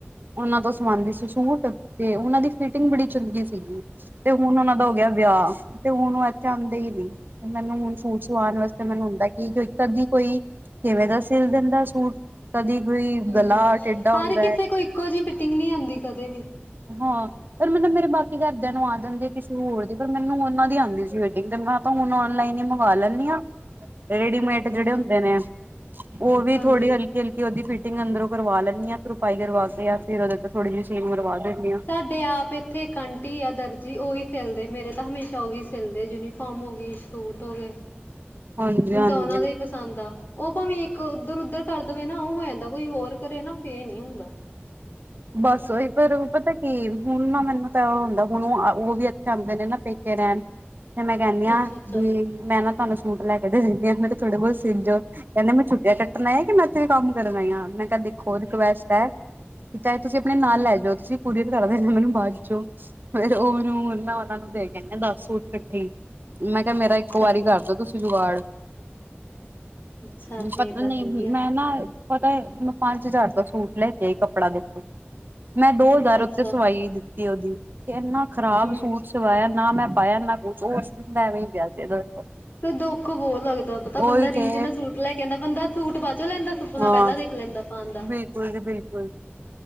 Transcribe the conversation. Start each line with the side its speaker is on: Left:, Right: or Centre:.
Right: ਓਨਾਂ ਤੋਂ ਸਵਾਂਦੀ ਸੀ ਸੂਟ ਤੇ ਓਨਾਂ ਦੀ ਫੀਟਿੰਗ ਬੜੀ ਚੰਗੀ ਸੀਗੀ। ਤੇ ਹੁਣ ਓਨਾਂ ਦਾ ਹੋ ਗਿਆ ਵਿਆਹ ਤੇ ਹੁਣ ਓ ਇੱਥੇ ਆਂਦੇ ਈ ਨੀ, ਮੈਨੂੰ ਹੁਣ ਸੂਟ ਸਵਾਣ ਵਾਸ ਤੇ ਮੈਨੂੰ ਹੁੰਦੈ ਕੀ ਇੱਕ ਤਾਂ ਦੀ ਕੋਈ ਕਿਵੇਂ ਦਾ ਸਿਲ ਦਿੰਦਾ ਸੂਟ ਕਦੀ ਕੋਈ
Left: ਹੂੰ,
Right: ਗਲਾ ਟੇਢਾ
Left: ਹਰ
Right: ਹੁੰਦਾ
Left: ਕਿਸੇ
Right: ਹੈ
Left: ਕੋ ਇੱਕੋ ਜੀ ਫਿਟਿੰਗ ਨੀ ਆਂਦੀ ਕਦੇ ਵੀ।
Right: ਹਾਂ ਪਰ ਮੈਨੂੰ ਨਾ ਮੇਰੇ <unintelligible> ਕੀ ਘਰਦੇਆਂ ਨੂੰ ਆ ਜਾਂਦੀ ਆ ਕਿਸੇ ਹੋਰ ਦੀ ਪਰ ਮੈਨੂੰ ਓਨਾਂ ਦੀ ਆਂਦੀ ਸੀ ਵੈਡਿੰਗ ਤੇ ਮੈਂ ਤਾਂ ਹੁਨ ਔਨਲਾਈਨ ਈ ਮੰਗਾ ਲੈਂਨੀ ਆਂ। ਰੇਡੀਮੇਡ
Left: ਹੂੰ
Right: ਜੇੜੇ ਹੁੰਦੇ ਨੇ ਓ ਵੀ
Left: ਹਾਂਜੀ।
Right: ਥੋੜੀ ਹਲ ਕੀ-ਹਲਕੀ ਓਦੀ ਫੀਟਿੰਗ ਅੰਦਰੋਂ ਕਰਵਾ ਲੈਨੀ ਆਂ ਤਰੁਪਾਈ ਕਰਵਾ ਕੇ ਯਾ ਫਿਰ ਓਦੇ ਤੇ ਥੋੜੀ ਜੀ ਸੀਨ ਮਰਵਾ ਦੇਨੀ ਆਂ।
Left: ਸਾਡੇ ਆਪ ਏਥੇ ਇੱਕ ਅੰਟੀ ਆ ਦਰਜੀ ਓਹੀ ਸਿੱਲਦੇ ਮੇਰੇ ਤਾਂ ਹਮੇਸ਼ਾ ਓਹੀ ਸਿੱਲਦੇ ਯੂਨੀਫਾ ਫਮ ਹੋ ਗਈ ਸੂਟ ਹੋ ਗਏ,
Right: ਹਾਂਜੀ-ਹਾਂਜੀ।
Left: ਮੈਨੂੰ ਤਾਂ ਓਨਾਂ ਦੇ ਈ ਪਸੰਦ ਆ ਓ ਭਾਵੇਂ ਇੱਕ ਓਦਰ-ਉਦਰ ਕਰ ਦੇਵੇ ਨਾ ਓਹ ਹੋ ਜਾਂਦਾ ਕੋਈ ਹੋਰ ਕਰੇ ਨਾ ਫੇ ਨੀ ਹੁੰਦਾ।
Right: ਬੱਸ ਓਹੀ ਪਰ ਊਂ ਪਤੈ ਤੇ ਹੁਨ ਨਾ ਮੈਨੂੰ ਤਾਂ ਓ ਹੁੰਦਾ ਹੁਨ ਓ ਵੀ ਏਥੇ ਆਂਦੇ ਨੇ ਨਾ ਪੇਕੇ ਰੈਣ ਫੇਰ ਮੈਂ ਕੈਨੀ ਆਂ
Left: ਅੱਛਾ ਅੱਛਾ।
Right: ਵੀ ਮੈਂ ਨਾ ਤੁਆਨੂੰ ਸੂਟ ਲੈ ਕੇ ਦੇ ਦਿੰਨੀ ਆਂ <unintelligible> ਤੇ ਥੋੜੇ ਬੋਤ ਸਿਲ ਜੋ। ਕੈਂਦੇ ਮੈਂ ਛੁੱਟੀਆਂ ਕੱਟਨ ਆਈ ਆਂ ਕਿ ਮੈਂ ਇੱਥੇ ਵੀ ਕੰਮ ਕਰਨ ਆਈ ਆਂ ਮੈਂ ਕਿਆ ਦੇਖੋ ਰਿਕੁਐਸਟ ਐ। ਚਾਹੇ ਤੁਸੀਂ ਆਪਣੇ ਨਾਲ
Left: ਹੂੰ
Right: ਲੈ ਜੋ ਤੁਸੀਂ <unintelligible> ਤੇ ਕਰਦੇ ਮੈਨੂੰ ਬਾਚੋ ਫੇਰ ਓ ਮੈਨੂੰ ਓਨਾਂ ਨੂੰ ਦੇ ਕੇ ਆਈ ਆਂ ਦੱਸ ਸੂਟ ਕ ਠੀਕ, ਮੈਂ ਕਿਆ ਮੇਰਾ
Left: ਅੱਛਾ
Right: ਇੱਕ ਵਾਰੀ
Left: ਅੱਛਾ
Right: ਕਰਦੋ ਤੁਸੀਂ ਜੁਗਾੜ
Left: ਅੱਛਾ ਫੇਰ
Right: ਪਤਾ
Left: ਤਾਂ
Right: ਨੀਂ,
Left: ਸਹੀ ਆ
Right: ਮੈਂ ਨਾ ਪਤਾ ਐ ਮੈਂ ਪੰਜ ਹਜ਼ਾਰ ਦਾ ਸੂਟ ਲੈ ਕੇ ਆਈ ਕੱਪੜਾ ਦੇ ਮੈਂ ਦੋ
Left: ਅੱਛਾ
Right: ਹਜ਼ਾਰ
Left: ਅੱਛਾ
Right: ਓਥੇ ਸਵਾਈ ਦਿੱਤੀ ਓਦੀ ਤੇ ਇੰਨਾ ਖਰਾਬ
Left: ਹੂੰ।
Right: ਸੂਟ ਸਵਾਇਆ ਨਾ ਮੈਂ ਪਾਏਆ ਨਾ ਕੁਛ ਓ ਓਸ ਦਿਨ ਦਾ ਐਵੇਂ ਈ ਪਿਆ <unintelligible>
Left: ਫੇ ਦੁੱਖ ਬੋਹ ਲੱਗਦਾ ਪਤਾ
Right: ਉਹੀ
Left: ਬੰਦਾ ਰੀਝ
Right: ਤੇ
Left: ਨਾਲ ਸੂਟ ਲੈ ਕੇ ਆਂਦਾ ਬੰਦਾ ਸੂਟ ਬਾਅ ਚੋਂ ਲੈਂਦਾ ਸੁਪਨਾ
Right: ਹਾਂ
Left: ਪੈਲਾਂ ਦੇਖ ਲੈਂਦਾ ਪਾਨ
Right: ਬਿਲਕੁਲ ਜੀ ਬਿਲਕੁਲ